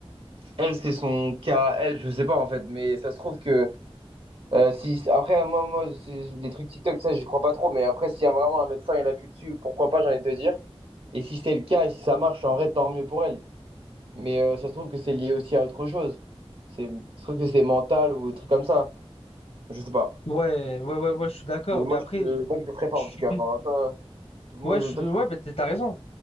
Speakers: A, on the right; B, on the left.
A: elle, c'est son cas, à elle, je sais pas en fait, mais ça se trouve que. Euh, si, après, moi, moi c'est- les trucs TikTok, ça, j'y crois pas trop. Mais après, s'il y a vraiment un médecin et l'appuie dessus, pourquoi pas, j'ai envie de te dire. Et si c'est le cas et si ça marche, en vrai, tant mieux pour elle. Mais euh, ça se trouve que c'est lié aussi à autre chose. C'est, ça se trouve que c'est mental ou un truc comme ça. Je sais pas.
B: Ouais, ouais, ouais, ouais, je suis d'accord.
A: Mais
B: Mais
A: moi,
B: après,
A: je, euh, moi, je le ferais pas,
B: je
A: en tout
B: suis...
A: cas. Enfin, toi, t- moi,
B: ouais,
A: je,
B: je suis...
A: toi, tu-
B: ouais, bah, t'as t'as raison.